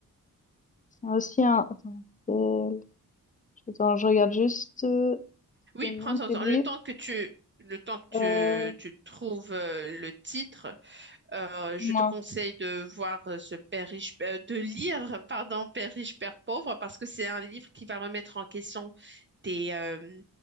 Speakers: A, on the left; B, on the right.
A: Il y a aussi un... Attends, euh, attends, je regarde juste euh,
B: Oui,
A: le nom
B: prends ton
A: du
B: temps.
A: livre.
B: Le temps que tu, le temps que
A: Euh,
B: tu, tu trouves euh, le titre, euh, je
A: dis-moi.
B: te conseille de voir euh, ce Père riche, euh, de lire, pardon, Père riche, Père pauvre, parce que c'est un livre qui va remettre en question tes, euh,